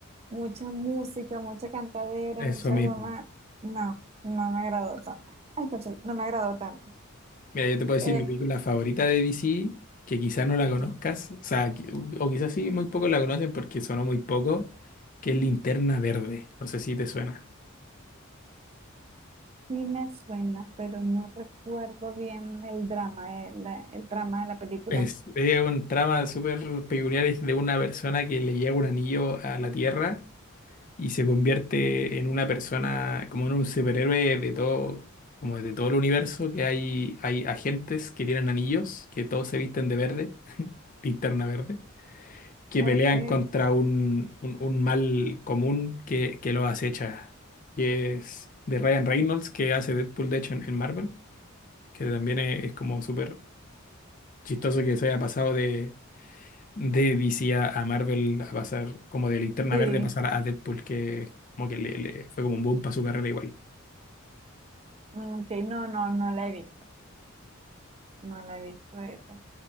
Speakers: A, on the right; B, on the left.
A: mucha música, mucha cantadera,
B: Eso
A: mucha
B: mismo.
A: broma. No, no me agradó tanto. Ay, cónchale, no me agradó tanto.
B: Mira, yo te puedo decir
A: Eh,
B: mi película favorita de DC, que quizás no la conozcas, o sea, que- o quizás sí, muy pocos la conocen porque sonó muy poco, que es Linterna Verde. No sé si te suena.
A: sí me suena, pero no recuerdo bien el drama, eh, la- el, drama de la película.
B: Es, es un trama súper peculiar es de una persona que le llega un anillo a la Tierra y se convierte en una persona, como en un superhéroe de todo, como de todo el universo, que hay, hay agentes que tienen anillos, que todos se visten de verde, <laughs> linterna verde, que
A: okay
B: pelean contra un, un, un mal común que, que los acecha. Y es de Ryan Reynolds, que hace Deadpool, de hecho, en, en Marvel, que también es, es como súper chistoso que se haya pasado de de DC a, a Marvel, a pasar como de Linterna
A: sí.
B: Verde, pasar a Deadpool, que como que le, le fue como un boom para su carrera igual.
A: Ok, no, no, no la vi, no la vi. fue esa.